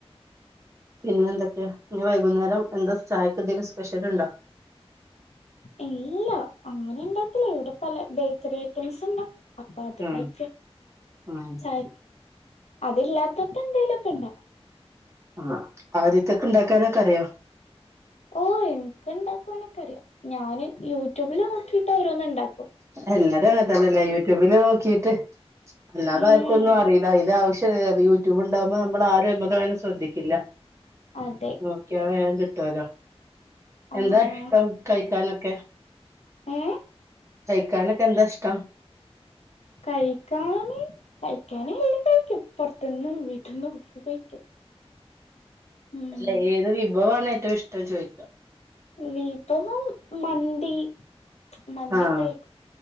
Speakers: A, on the right; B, on the left.
A: പിന്നെന്തൊക്കെയ നൻ വൈകുന്നേരം എന്താ ചായക്ക ഇതിൻ സ്പെഷ്യൽ ഉണ്ടോ <inaudible>
B: ഇല്ല അങ്ങനെ ഇണ്ടാത്തില്ല ഇവിടെ പല ബേക്കറി ഐറ്റംസ് ഉണ്ടോ അപ്പാ അത്
A: ആഹ്
B: കയിക്കും
A: ആഹ്
B: ചായ അതില്ലാത്തപ്പോ എന്തായലുംൊക്കെ ഉണ്ടാക്കും
A: ആ ആദ്യത്തൊക്കെ ഇണ്ടാക്കാനൊക്കെ അറിയോ
B: ഓ എനിക്ക് ഇണ്ടാക്കുവാനൊക്കെ അറിയാം ഞാന് യൂട്യൂബില് നോക്കിട്ട് ഓരോന്ന് ഇണ്ടാക്ക
A: എല്ലാരും അങ്ങനത്തല്ലല്ലേ യൂട്യൂബില് നോക്കിട്ട് അല്ല അത
B: ഉം
A: ആർക്കൊന്നും അറിയില്ല അതില ആവശ്യ യൂട്യൂബ് ഇണ്ടാവുമ്പോ നമ്മൾ ആരുംക്ക ശ്രദ്ധിക്കില്ല
B: അതെ
A: നോക്കിയ വേറെം കിട്ടുവല്ലോ
B: ആഹ്
A: എന്താ ഇഷ്ടം കഴിക്കാനൊക്കെ
B: ഏ
A: കഴിക്കാനൊക്കെ എന്താ ഇഷ്ടം
B: കഴിക്കാന കഴിക്കാനേ എല്ലാം കഴിക്കുംപ്പറത്തന്ന്ും വീട്ടിൽന്ന് വക്ക കഴിക്കും ഉം
A: അല്ല ഏത് വിഭവ ഏറ്റവും ഇഷ്ടംന്ന് ചോദിക്കുക
B: വിഭവം മന്തി മന്തി
A: ആഹ്
B: കഴിക്കും